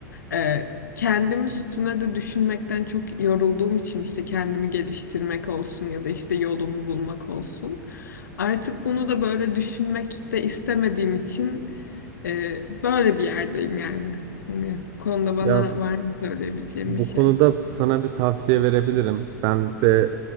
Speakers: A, on the left; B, on the right.
A: e, kendim üstüne de düşünmekten çok yorulduğum için işte kendimi geliştirmek olsun ya da işte yolumu bulmak olsun. Artık bunu da böyle düşünmek de istemediğim için e, böyle bir yerdeyim yani. Hani bu konuda bana
B: Ya
A: var mı söyleyebileceğim
B: bu
A: bir şey?
B: konuda sana bir tavsiye verebilirim. Ben de